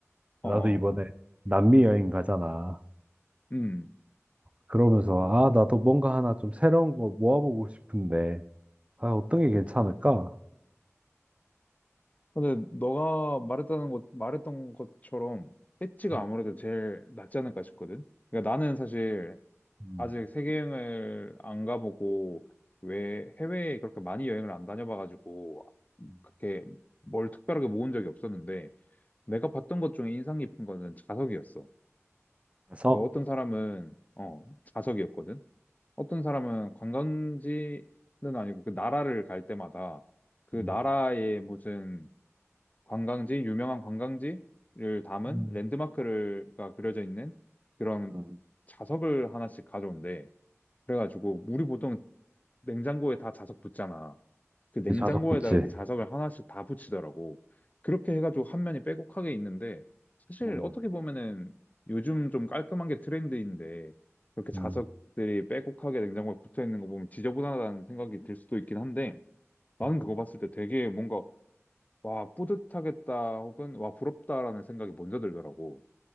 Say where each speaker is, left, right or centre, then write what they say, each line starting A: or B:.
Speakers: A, on the left; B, on the right.
A: 어,
B: 나도
A: 어,
B: 이번에 남미 여행 가잖아.
A: 음.
B: 그러면서 아, 나도 뭔가 하나 좀 새로운 거 모아보고 싶은데 아, 어떤 게 괜찮을까?
A: 근데 너가 말했다는 것, 말했던 것처럼 배지가
B: 음,
A: 아무래도 제일 낫지 않을까 싶거든? 그러니까 나는 사실
B: 음,
A: 아직 세계여행을 안 가보고 왜 해외에 그렇게 많이 여행을 안 다녀봐가지고
B: 음.
A: 그렇게 뭘 특별하게 모은 적이 없었는데 내가 봤던 것 중에 인상 깊은 거는 자석이었어.
B: 좌석?
A: 그러니까 어떤 사람은 어, 자석이었거든? 어떤 사람은 관광지는 아니고 그 나라를 갈 때마다 그 나라의
B: 음,
A: 무슨 관광지, 유명한 관광지를 담은
B: 음,
A: 랜드마크가 그려져 있는 그런
B: 음.
A: 자석을 하나씩 가져온대. 그래가지고 우리 보통 냉장고에 다 자석 붙잖아. 그 냉장고에다가
B: 음. 좌석 그치?
A: 그 자석을 하나씩 다 붙이더라고. 그렇게 해가지고 한 면이 빼곡하게 있는데 사실
B: 음,
A: 어떻게 보면은 요즘 좀 깔끔한 게 트렌드인데 그렇게 자석들이
B: 음,
A: 빼곡하게 냉장고에 붙어 있는 거 보면 지저분하다는 생각이 들 수도 있긴 한데 나는
B: 음,
A: 그거 봤을 때 되게 뭔가 와 뿌듯하겠다 혹은 와 부럽다라는 생각이 먼저 들더라고.